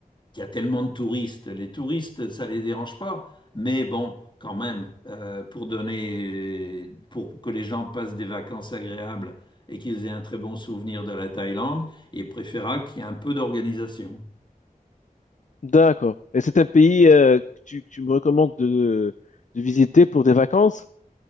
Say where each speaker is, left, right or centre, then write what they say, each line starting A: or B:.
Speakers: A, on the left (about 30°); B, on the left (about 55°).
A: il y a tellement de touristes. Les touristes, ça les dérange pas. Mais bon, quand même, euh, pour donner, pour que les gens passent des vacances agréables et qu'ils aient un très bon souvenir de la Thaïlande, il est préférable qu'il y ait un peu d'organisation.
B: D'accord. Et c'est un pays euh, que tu, que tu me recommandes de, de visiter pour des vacances?